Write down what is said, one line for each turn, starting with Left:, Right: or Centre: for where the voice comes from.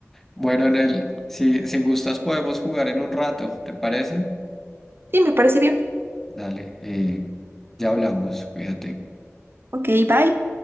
Centre: bueno, en el, si, si gustas podemos jugar en un rato, ¿te parece?
Right: Sí, me parece bien.
Centre: Dale, eh, ya hablamos, cuídate.
Right: Ok, bye.